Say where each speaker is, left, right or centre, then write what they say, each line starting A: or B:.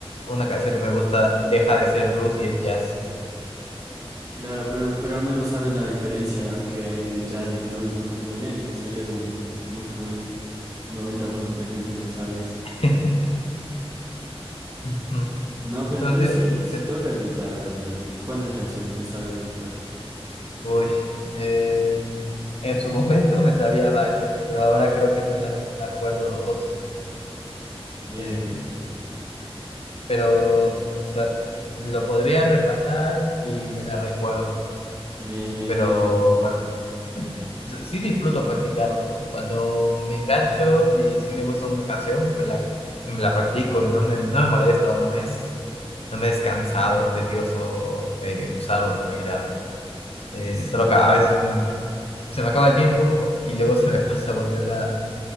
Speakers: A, on the left (about 70°); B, on the right (about 30°).
A: una canción que me gusta deja de ser blues y es jazz.
B: Claro, pero, pero al menos sabes la diferencia que hay de jazz y blues muy, muy bien. Eso ya es un... Es como el 90% de gente no sabe eso.
A: <laughs> Ujú.
B: No, pero
A: Entonces,
B: entonces sí, sí
A: me-
B: tocas guitarra, o sea, tipo, ¿cuántas canciones te sabes en guitarra?
A: uy, eh, en su momento me sabía varios, pero ahora creo que solamente me acuerdo dos.
B: Bien,
A: Eh,
B: pero...
A: pero o sea, lo podría repasar y me la recuerdo.
B: Bien, bien,
A: pero
B: bien ahí.
A: bueno, s- sí disfruto practicarlo. Cuando me engancho y sí me gusta una canción, me la, me la practico y no me, no me molesta o no me es, no me es cansado, tedioso eh, usar la guitarra. Eh,
B: S-
A: solo que a veces mm, se me acaba el tiempo y luego <laughs> se me pasa volverla,